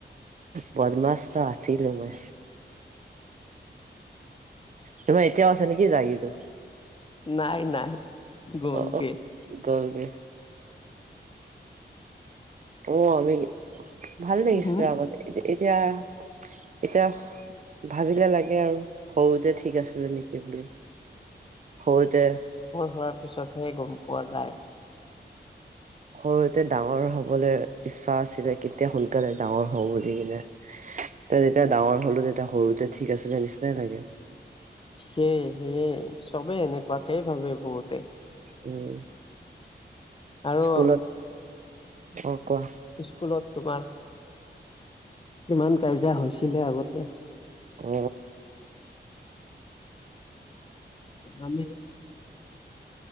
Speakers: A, on the right; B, on the left.
A: বদমাছ তো আছিলো মই তমই এতিয়াও নে কি জাগি তো
B: নাই নাই গ'লগে
A: অ গাল দিয় অ আমি ভাল লাগিছিলে
B: উম
A: আগতে এদিন এতিয়া এতিয়া ভাবিলে লাগে আৰু সৰুতে ঠিক ঠিক আছিলে নেকি বুলি হ'বদে।
B: তাৰ পিছতহে গম পোৱা যায়
A: সৰুতে ডাঙৰ হবলৈ ইচ্ছা আছিলে কেতিয়া সোনকালে ডাঙৰ হব সু কিনে যেতিয়া ডাঙৰ হলো তেতিয়া সৰুতে ঠিক আছিলে নিচিনাই লাগে
B: সয়ে সেয়ে চবে এনেকুৱাকে ভাবে বহুতে
A: উম
B: আৰু
A: স্কুলত অ কোৱা
B: স্কুলত তোমাৰ ইমান কাজিয়া হৈছিলে আগতে
A: উ
B: আমি